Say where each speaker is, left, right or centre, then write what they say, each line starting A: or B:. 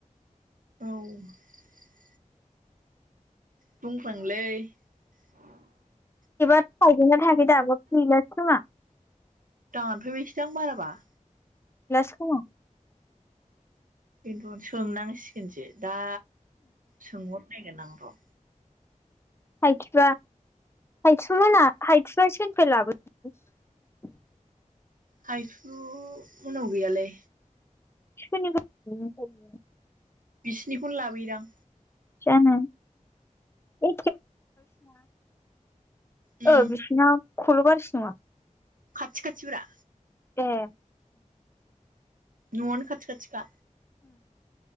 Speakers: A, on the right; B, on the left.
A: औ बुंं फ्लाङोलै <unintelligible>
B: <unintelligible> थाइदों ना थाइयाखौ दाबा गौलासो खोमा
A: दानफैबायसोदां बाराबा
B: लासखौ
A: खिन्थु सोंनांसिगोनसो दा सोंहरनायगोन आं र'
B: हाइथया हाइथुमोनहा हाइथुया सोरनोफ्राय लाबो <unintelligible>
A: हायथु मोननाव गैयालै
B: सोरनिफाय बिनिफाय बिदों
A: बिसिनिखौनो लाबोदां
B: जनो <unintelligible>
A: उम
B: ओ बिसिना खर गारजिसो नङा
A: खाथि खाथिब्रा
B: ए
A: न'आनो खाथि खाथिखा